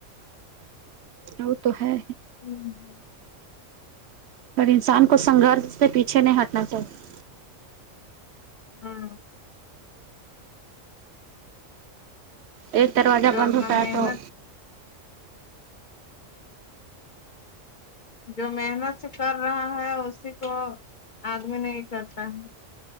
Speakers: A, on the right; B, on the left.
A: ہاں وو تو ہے
B: ہوں
A: پر انسان کو سنگھرش سے پیچھے نہیں ہٹنا چاہیے
B: ہاں
A: ایک دروازہ
B: جو
A: بند
B: اپنا
A: ہوتا
B: محنت
A: ہے تو
B: جو محنت سے کر رہا ہے اسی کو آدمی نہیں کرتا ہے